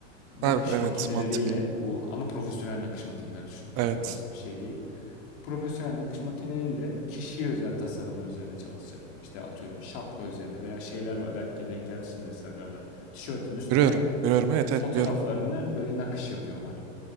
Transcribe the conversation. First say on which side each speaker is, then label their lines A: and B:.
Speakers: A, on the left (about 55°); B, on the right (about 40°).
A: Nakış
B: Ha, evet.
A: makineleriyle
B: Mantıklı.
A: bu ama profesyonel nakış makineleri düşünün
B: Evet.
A: öyle basit bir şey değil. Profesyonel nakış makineleriyle kişiye özel tasarımlar üzerine çalışacak. İşte atıyorum şapka üzerine veya şeyler var. Belki denk gelmişsiniz Instagram'da. Tişörtün üstüne
B: Görüyorum. Görüyorum.
A: işte
B: Evet. Evet.
A: fotoğraflarını
B: Biliyorum.
A: böyle nakış yapıyorlar.